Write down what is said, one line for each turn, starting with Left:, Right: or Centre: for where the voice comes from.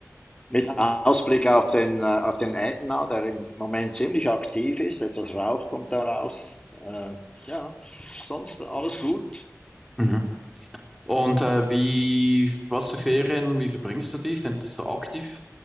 Left: mit Ausblick auf den, äh, auf den Ätna, der im Moment ziemlich aktiv ist. Etwas Rauch kommt da raus. Äh, Ja, sonst alles gut.
Centre: mhm. Und äh, wie, was für Ferien, wie verbringst du die? Sind das so aktiv